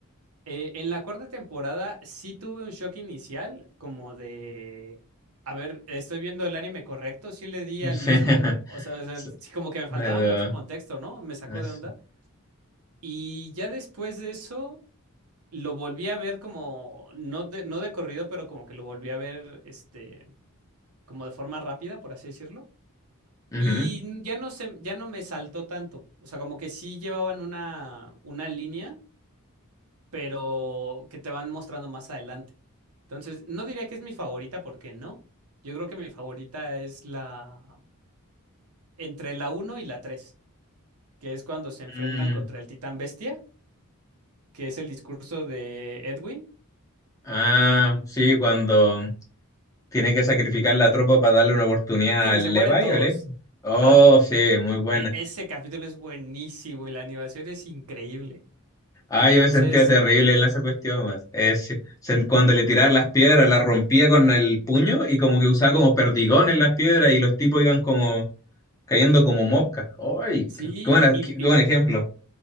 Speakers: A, on the right; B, on the left.
A: Eh, en la cuarta temporada sí tuve un shock inicial, como de, a ver, estoy viendo el anime correcto, sí le di
B: no
A: al
B: sé.
A: mismo,
B: <laughs>
A: o sea, o sea,
B: S-
A: sí como que me faltaba
B: eh,
A: mucho contexto, ¿no? Me sacó
B: es-
A: de onda. Y ya después de eso, lo volví a ver como, no de, no de corrido, pero como que lo volví a ver, este, como de forma rápida, por así decirlo.
B: ujú.
A: Y ya no se, ya no me saltó tanto. O sea, como que sí llevaban una, una línea, pero que te van mostrando más adelante. Entonces, no diría que es mi favorita, porque no. Yo creo que mi favorita es la entre la uno y la tres que es cuando se enfrentan
B: Mm,
A: contra el titán bestia, que es el discurso de Edwin.
B: Ah, sí, cuando tiene que sacrificar la tropa para darle una oportunidad
A: Sí,
B: al
A: que se mueren
B: Levi,
A: todos.
B: ¿vale? Oh,
A: Ajá.
B: sí, muy buena.
A: E- ese capítulo es buenísimo y la animación es increíble. Entonces,
B: Ah, yo me sentía terrible en esa cuestión, weón. Es, se- cuando le tiraba las piedras, las rompía con el puño y como que usaba como perdigón en las piedras y los tipos iban como cayendo como moscas. ¡Ay!
A: sí,
B: ¡Qué, qué buena-
A: y,
B: qué- qué buen ejemplo!